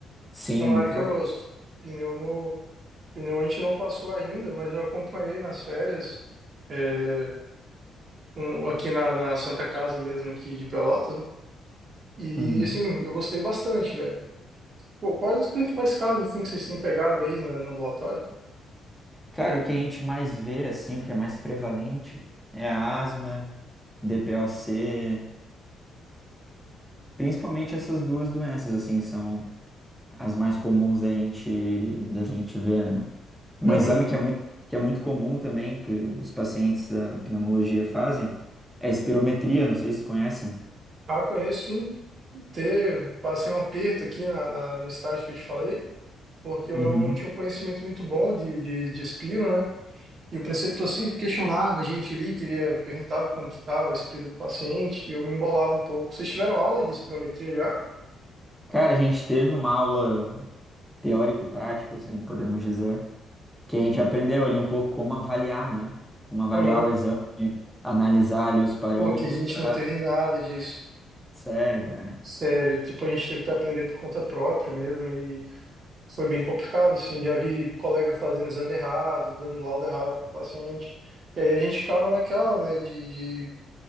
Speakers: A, in the centre; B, on the right.
A: Sim,
B: É uma
A: muito
B: área que
A: legal.
B: eu gosto. Pneumo, pneumo a gente não passou ainda, mas eu acompanhei nas férias, é, um- aqui na, na Santa Casa mesmo, aqui de Pelotas, né? E,
A: Uhum.
B: assim, eu gostei bastante, velho. Pô, quais os principais casos, assim, que vocês têm pegado aí na- no ambulatório?
A: Cara, o que a gente mais vê, assim, o que é mais prevalente é a asma, DPOC, principalmente essas duas doenças, assim, são as mais comuns da gente, da gente ver, né? Um
B: Aham.
A: exame que é muito, que é muito comum também, que os pacientes da pneumologia fazem, é a espirometria, não sei se você conhece.
B: Ah, conheço, sim. ter, passei um aperto aqui na, na- no estágio que eu te falei, porque eu
A: Uhum.
B: não, não tinha um conhecimento muito bom de, de, de Espiro, né? E o preceptor sempre questionava a gente ali, queria, perguntava como que estava a Espiro do paciente, e eu me embolava um pouco. Vocês tiveram aula de espirometria já?
A: Cara, a gente teve uma aula teórica-prática, assim, podemos dizer, que a gente aprendeu ali um pouco como avaliar, né? Como avaliar
B: Aham.
A: o exame, analisar ali os parâmetros
B: Pô, que a gente
A: para.
B: não teve nada disso.
A: Sério, cara.
B: Sério, tipo, a gente teve que aprender por conta própria mesmo, e foi bem complicado, assim, já vi colega fazendo exame errado, dando laudo errado pro paciente, e aí a gente ficava naquela, né, de,